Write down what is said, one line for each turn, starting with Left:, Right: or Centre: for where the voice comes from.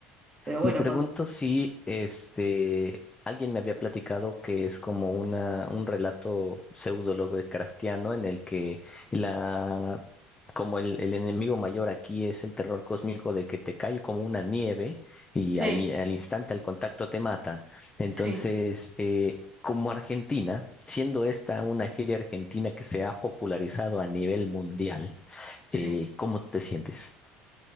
Right: Pero bueno,
Left: Me pregunto
Right: con...
Left: si este alguien me había platicado que es como una, un relato pseudo Lovecraftiano en el que la como el, el enemigo mayor aquí es el terror cósmico de que te cae como una nieve y
Right: sí,
Left: al, in- al instante, al contacto te mata. Entonces,
Right: sí,
Left: eh, como Argentina, siendo esta una serie argentina que se ha popularizado a nivel mundial,
Right: sí.
Left: eh, ¿cómo te sientes?